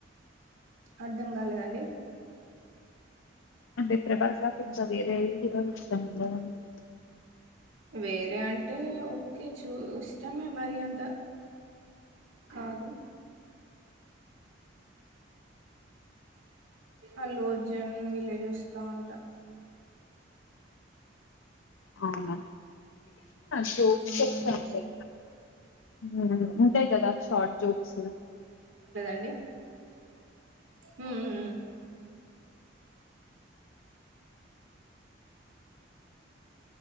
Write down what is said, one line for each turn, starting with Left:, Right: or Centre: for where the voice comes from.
Right: అర్థం కాలేదండి
Left: అంటే ప్రభాస్ కాక ఇంకా వేరే హీరో ఇష్టం ఉండదండి
Right: వేరే అంటే ఓకే చూ ఇష్టమే మరి అంత కాదు అల్లు అర్జున్ విలే చూస్తా ఉంటా
Left: అవునా జోత్స
Right: అవునండి
Left: చేశా అండి ఉ ఉంటే కదా షట్ జోక్స్
Right: డి హమ్